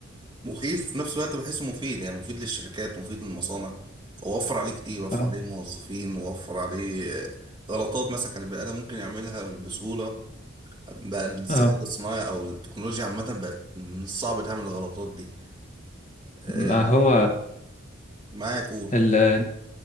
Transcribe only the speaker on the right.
مخيف في نفس الوقت بحسه مفيد يعني مفيد للشركات ومفيد للمصانع هو وفر عليه كتير وفر
عليه موظفين ووفر عليه آه، غلطات مثلا كان البني ادم ممكن يعملها بسهولة بقى الذكاء
الاصطناعي او التكنولوجيا عامة بقت من الصعب تعمل الغلطات دي آه،
معايا قول